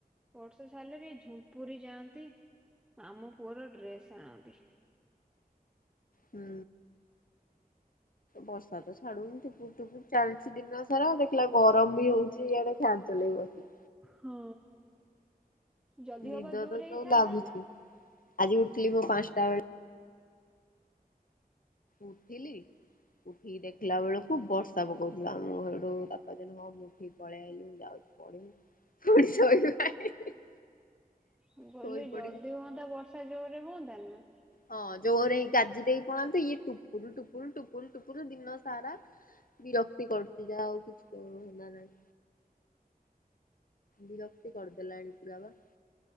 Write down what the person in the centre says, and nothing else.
ବର୍ଷା ଛାଡ଼ିଲେ ଟିକେ ଝୁମ୍ପୁରି ଯାଆନ୍ତି। ମାମୁଁ ପୁଅର ଡ୍ରେସ୍ ଆଣନ୍ତି।
ହଁ। ଜଦି
ହବ ଜୋରେ
ହେଇ ଛାଡିଥାନ୍ତା।
ମୁଁ କଇଲି
ଯଦି ହୁଅନ୍ତା ବର୍ଷା ଜୋର ରେ ହୁଅନ୍ତା ନି।